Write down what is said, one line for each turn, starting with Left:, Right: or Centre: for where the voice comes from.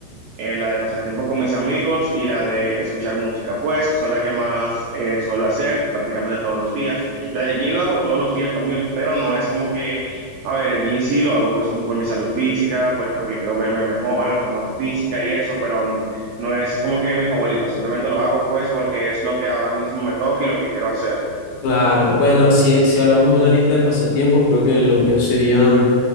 Right: eh, la de pasar tiempo con mis amigos y la de escuchar música. Pues son las que más eh, suelo hacer prácticamente todos los días. La del gym lo hago todos los días también, pero no es como que, a ver, el gym sí lo hago pues por mi salud física, por- porque quiero verme mejor, la forma física y eso, pero n- no es como que mi favorito. Simplemente lo hago pues porque es lo que ahora mismo me toca y lo que quiero hacer.
Left: Claro, bueno, si, si hablamos de una lista de pasatiempos, creo que los míos serían